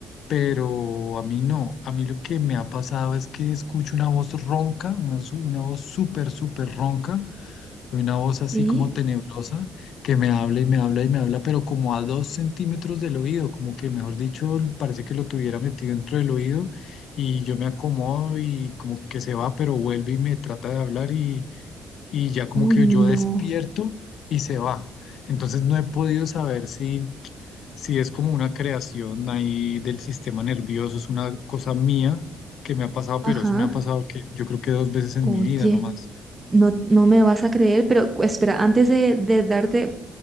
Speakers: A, on the left; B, on the right.
A: pero a mí no, a mí lo que me ha pasado es que escucho una voz ronca, una, su- una voz súper, súper ronca una voz así
B: ¿Sí?
A: como tenebrosa que me habla y me habla y me habla, pero como a dos centímetros del oído, como que, mejor dicho, parece que lo tuviera metido dentro del oído y yo me acomodo y como que se va, pero vuelve y me trata de hablar y, y ya como
B: Uy,
A: que
B: no.
A: yo despierto y se va. Entonces no he podido saber si, si es como una creación ahí del sistema nervioso, es una cosa mía que me ha pasado,
B: Ajá.
A: pero eso me ha pasado que yo creo que dos veces en
B: Oye.
A: mi vida nomás.
B: No, no me vas a creer, pero cu- espera, antes de, de darte,